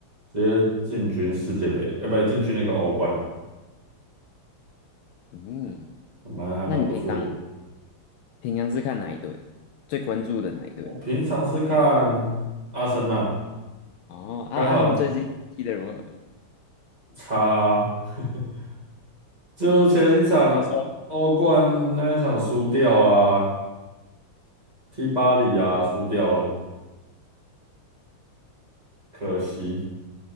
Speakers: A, on the right; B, on the left.
A: 直接进军世界杯，呃，不，对，进军那个欧冠，
B: 嗯，
A: 蛮还蛮不错的。
B: 那你平常平常是看哪一队？最关注的哪一队？
A: 我平常是看阿森纳，
B: 哦，啊啊，
A: 刚好
B: 他们最近踢得如何？怎
A: 差，<laughs> 就是前一场欧冠那一场输掉啦，
B: 么说？
A: 踢巴黎啊，输掉了，可惜。